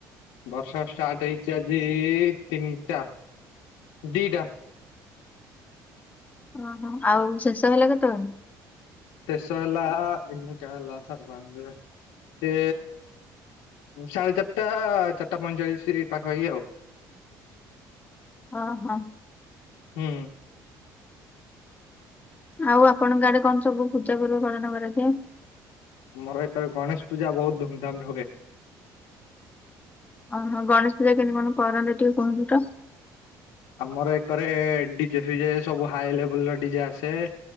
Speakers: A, on the left; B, on the left.
A: ବର୍ଷା ଷ୍ଟାର୍ଟ ହେଇଛି ଆଜି ତିନିଟା ଦିଟା।
B: ଅହଁ ଆଉ ଶେଷ ହେଲା କେତୋବୋଳେ।
A: ଶେଷ ହେଲା ତିନିଟା ହେଲା ସାଢ଼େ ପାଞ୍ଚେ ସେ ସାଢେ ଚାରିଟା ଚାର୍ଟା ପଇଁଚାଳିଶି ପାଖାପାଖି ଆଉ।
B: ଅହଁ।
A: ହୁଁ।
B: ଆଉ ଆପଣଙ୍କ ଆଡେ କଣ ସବୁ ପୂଜା ପର୍ବ ପାଳନ କରାଯାଏ।
A: ଆମର ଏକରେ ଗଣେଶ ପୂଜା ବୋହୁତ ଧୁମଧାମରେ ହୁଏ।
B: ଅହଁ ଗଣେଶ ପୂଜା କେମିତି କଣ କରନ୍ତେ ଟିକେ କୁହନ୍ତୁ ତ?
A: ଆମର ଏକରେ ଡିଜେ ଫିଜେ ସବୁ ହାଇ ଲେବୁଲ୍ ର ଡିଜେ ଆସେ।